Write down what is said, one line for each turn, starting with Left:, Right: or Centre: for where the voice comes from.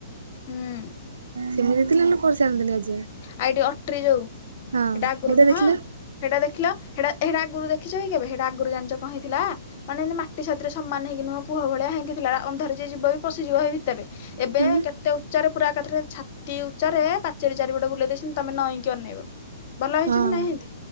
Left: ହୁଁ।
Right: ସେମିତି ଥିଲା ଲୋକ କରିସାରନ୍ତିନି ଆଜି ଯାଏଁ।
Left: ଆ ଏଠି ଅଟ୍ରି ଯଉ
Right: ହଁ
Left: ହେଟା ଆଗରୁ
Right: ଏଇଟା
Left: ନୁହଁ।
Right: ଦେଖିଲ
Left: ହେଟା ଦେଖିଲ ହେଟା ହେଟା ଆଗରୁ ଦେଖିଚକି କେବେ ହେଟା ଆଗରୁ ଜାନିଚ କଣ ହେଇଥିଲା ମାନେ ଏମତି ମାଟି ସାଥିରେ ରେ ସମ୍ମାନ ହେଇକି ନୁହଁ କୁଅ ଭଳିଆ ହେନ୍ତି ଥିଲା ହେଟା ଅନ୍ଧରା ଯିଏ ଯିବି ପସିଯିବ ହେଇ ଭି
Right: ହୁଁ
Left: ଏବେ କେତେ ଉଚ୍ଚାରେ ପୁରା ଏକାଥରେ ଛାତି ଉଚାରେ ପାଚେରୀ ଚାରିପଟ ବୁଲେଇ ସନ୍ତି ତମେ ନଇଁକି ଅନେଇବ ଭଲ ହେଇଚି
Right: ହଁ
Left: କି ନାଇଁ ହିନ୍ତି